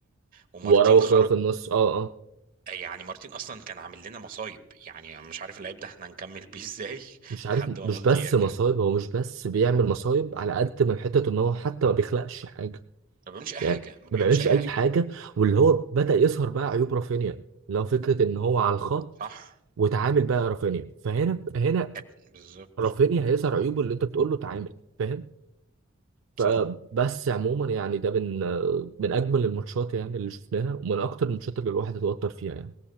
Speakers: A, on the right; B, on the right.
A: ومارتين
B: واراوخو
A: خرج
B: في النص اه اه
A: يعني مارتين اصلا كان عامل لنا مصايب يعني أنا مش عارف اللعيب ده احنا هنكمل بيه ازاي <laughs>
B: مش عارف
A: لحد ما
B: مش
A: بالدي
B: بس
A: يرجع
B: مصايب هو مش بس بيعمل مصايب على قد ما حته ان هو حتى ما بيخلقش حاجه
A: ما بيعملش اي
B: يعني
A: حاجه ما بيعملش
B: ما بيعملش
A: اي
B: اي
A: حاجه
B: حاجه واللي هو بدأ يظهر بقى عيوب رافينيا اللي هو فكره ان هو على الخط
A: صح
B: وتعامل بقى رافينيا فهنا هنا
A: أد- بالظبط
B: رافينيا هيظهر عيوبه اللي انت بتقول له تعامل فاهم فبس
A: صح.
B: عموما يعني ده من آه، من اجمل الماتشات يعني اللي شفناها ومن اكتر الماتشات اللي الواحد اتوتر فيها يعني